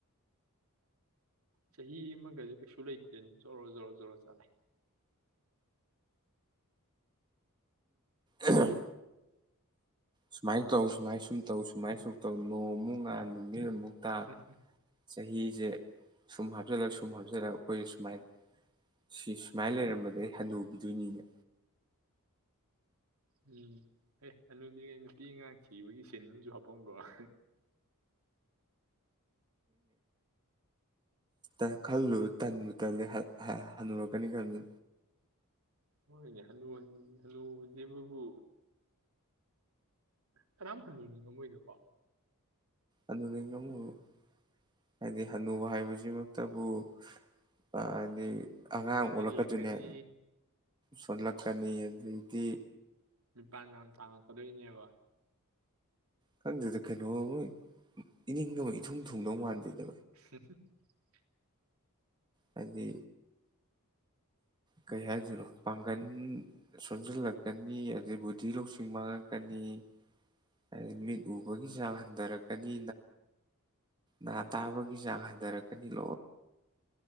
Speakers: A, on the right (about 75°); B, on the right (about 20°).
A: ꯆꯍꯤ ꯑꯃꯒꯗꯤ ꯀꯩꯁꯨ ꯂꯩꯇ꯭ꯔꯦꯅ ꯖꯣꯔꯣ ꯖꯣꯔꯔꯣ ꯖꯔꯣ ꯆꯠꯂꯦ
B: ꯎꯝ ꯁꯨꯃꯥꯏꯅ ꯇꯧ ꯁꯨꯃꯥꯏꯅ ꯁꯨꯝ ꯇꯧ ꯁꯨꯃꯥꯏꯅ ꯁꯨꯝ ꯇꯧ ꯅꯣꯡꯃꯨꯛ ꯉꯥꯥꯟ ꯅꯨꯨ ꯃꯤꯠ ꯑꯃꯨꯛ ꯇꯥ
A: ꯍꯝ
B: ꯆꯍꯤꯁꯦ ꯁꯨꯝ ꯍꯥꯞꯆꯤꯜꯂꯒ ꯁꯨꯝ ꯍꯥꯞꯆꯜꯂꯒ ꯑꯩꯈꯣꯏꯁꯦ ꯁꯨꯃꯥꯏ ꯁꯤ ꯁꯨꯃꯥꯏꯅ ꯂꯩꯔꯝꯕꯗꯩꯩ ꯑꯩ ꯍꯟꯗꯨꯈꯤꯗꯣꯏꯅꯤꯅꯦ
A: ꯎꯝ ꯑꯦ ꯑꯅꯤꯗꯤꯉꯩ ꯅꯨꯄꯤ ꯑꯉꯥꯡ ꯊꯤꯕꯒꯤ ꯁꯤꯟꯁꯨ ꯍꯥꯞꯄꯝ ꯒꯣꯔꯥ
B: ꯎ ꯈꯜꯂꯨ ꯇ ꯇꯦ ꯍꯅꯨꯔ ꯀꯅꯤ ꯈꯗ
A: ꯍꯣꯏꯅꯦ ꯍꯟꯅꯨ ꯍꯟꯅꯨ ꯖꯦꯕꯕꯕꯨ ꯀꯅꯥꯝ ꯍꯟꯅꯨ ꯅꯤꯉꯝꯃꯣꯏꯅꯦꯀꯣ
B: ꯑꯗꯣꯅꯤ <unintelligible> ꯍꯥꯏꯗꯤ ꯍꯥꯅꯨ ꯅꯨꯕ ꯍꯥꯏꯕꯁꯤꯃꯛꯇꯕꯨ ꯍꯥꯏ ꯗꯤ ꯑꯉꯥꯡ
A: ꯁꯣꯟꯖꯜꯂꯛꯀꯅꯤ
B: ꯑꯣꯜꯂꯛꯀꯗꯨꯏꯅꯦ ꯁꯣꯜꯂꯛꯀꯅꯤ ꯑꯗꯨꯗꯒꯤ ꯇꯤ
A: ꯃꯤꯄꯥꯥꯟ <unintelligible> ꯇꯥꯡꯉꯛꯀꯗꯣꯏꯅꯦꯕ
B: ꯈꯪꯗꯦꯗ ꯀꯩꯅꯣ ꯑꯃ ꯏꯅꯤꯡ ꯑꯃ ꯏꯊꯨꯡ ꯊꯨꯡꯗꯧ ꯃꯥꯟꯗꯦꯗ
A: <unintelligible>
B: ꯍꯥꯏꯗꯤ ꯀꯩ ꯍꯥꯏꯗꯣꯏꯅꯣ ꯄꯥꯡꯒꯜ ꯁꯣꯝꯖꯤꯜꯂꯛꯀꯅꯤ ꯑꯗꯨꯗꯩ ꯕꯨꯙꯤ ꯂꯧꯁꯤꯡ ꯃꯥꯡꯂꯛꯀꯅꯤ ꯍꯥꯏꯗꯤ ꯃꯤꯠ ꯎꯕꯒꯤ ꯆꯥꯡ ꯍꯟꯊꯔꯛꯀꯅꯤ ꯅꯥ ꯇꯥꯕꯒꯤ ꯆꯥꯡ ꯍꯟꯊꯔꯛꯀꯅꯤ ꯂꯣꯏ